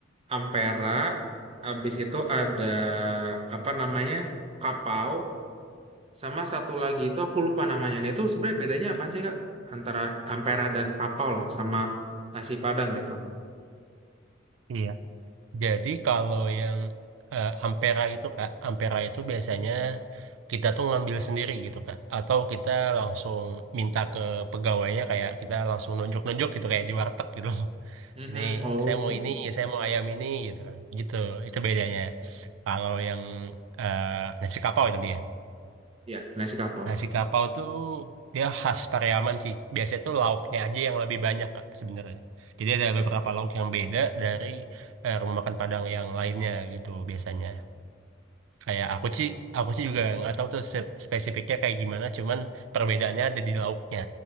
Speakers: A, on the right; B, on the right.
A: Ampera, habis itu ada apa namanya Kapau, Sama satu lagi itu aku lupa namanya. Nah, itu sebenarnya bedanya apa sih Kak? Antara ampera dan kapau lah sama nasi Padang gitu.
B: Iya. Jadi kalau yang eh, Ampera itu Kak, Ampera itu biasanya kita tuh ngambil sendiri gitu Kak atau kita langsung minta ke pegawainya kayak kita langsung nunjuk-nunjuk gitu kayak di warteg gitu.
A: Mhm.
B: ini
A: Oh,
B: saya
A: Oke.
B: mau ini saya mau ayam ini gitu kan gitu itu bedanya kalau yang eh, nasi kapau tadi ya
A: Ya, nasi kapau.
B: nasi kapau tuh dia khas Pariaman sih biasanya tuh lauknya aja yang lebih banyak Kak, sebenarnya jadi ada beberapa lauk yang beda dari eh, rumah makan Padang yang lainnya gitu biasanya kayak aku sih aku sih juga nggak tahu tuh se- spesifiknya kayak gimana cuman perbedaannya ada di lauknya